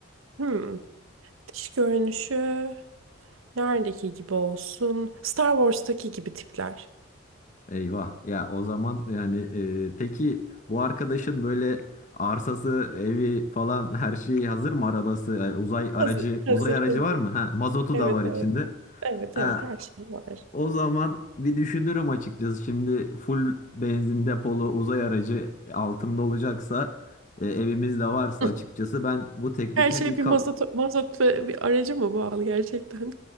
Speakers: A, on the right; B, on the left.
A: Hmm. Dış görünüşü neredeki gibi olsun? Star Wars'taki gibi tipler.
B: Eyvah. Ya o zaman yani e, peki bu arkadaşın böyle arsası, evi falan her şeyi hazır mı? Arabası, e, uzay aracı,
A: Hazır, hazır,
B: uzay aracı
A: hazır.
B: var mı? Ha, mazotu
A: Evet,
B: da var içinde.
A: evet. Evet
B: Ha,
A: evet her şey var.
B: o zaman bir düşünürüm açıkçası. Şimdi full benzin depolu uzay aracı altımda olacaksa, e, evimiz de varsa
A: <laughs>
B: açıkçası ben bu teklifi
A: Her şey
B: bir
A: bir
B: ka-
A: mazot, mazot ve bir araca mı bağlı gerçekten?